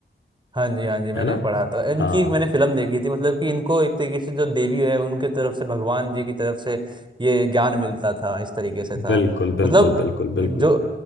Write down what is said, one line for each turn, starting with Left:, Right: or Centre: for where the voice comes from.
Right: हाँ जी हाँ जी मैंने
Left: है ना
Right: पढ़ा था इनकी
Left: हाँ
Right: एक मैंने फिल्म देखी थी मतलब कि इनको एक तरीके से जो देवी है उनके तरफ से भगवान जी की तरफ से ये ज्ञान मिलता था इस तरीके से था
Left: बिल्कुल बिल्कुल
Right: मतलब
Left: बिल्कुल बिल्कुल
Right: जो